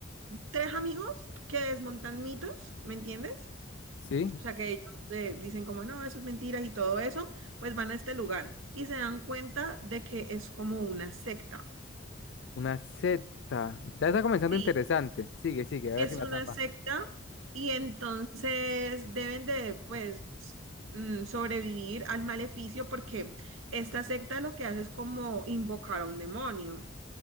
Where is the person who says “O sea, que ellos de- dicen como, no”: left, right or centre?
Right